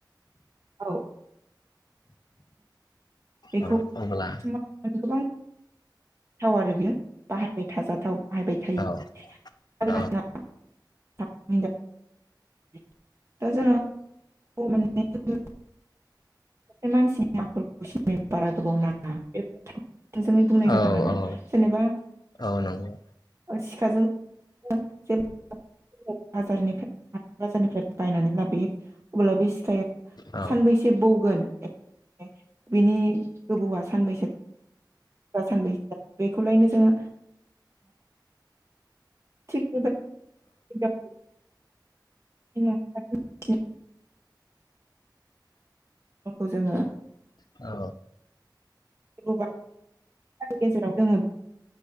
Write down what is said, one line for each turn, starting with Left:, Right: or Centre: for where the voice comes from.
Right: औ बेखौ
Left: औ अब्ला
Right: <unintelligible> गोबां थाव आरो बियो बाहायबाय थाजाथाव बाहायबाय थायो
Left: औ
Right: <unintelligible>
Left: औ
Right: <unintelligible> <unintelligible> <unintelligible> मानसिनि आखलखौ सिनाय बारा गोबाव नाङा बे <unintelligible> थोंजोङै बुंनाय जादों
Left: औ
Right: आरो
Left: औ औ
Right: जेनेबा
Left: औ नंगौ
Right: सिखाजों जे <unintelligible> बाजारनिफ्राय बाजारनिफ्राय बायनानै लाबोयो अब्ला बे सिखाया
Left: औ
Right: सानबैसे बौगोन <unintelligible> बिनि गोबौआ सानबैसो बा सानबै बेखौलायनो जोङो थिग बेबायदिनो इनाव <inaudible> खौ जोङो
Left: औ।
Right: एगबा नि गेजेराव जोङो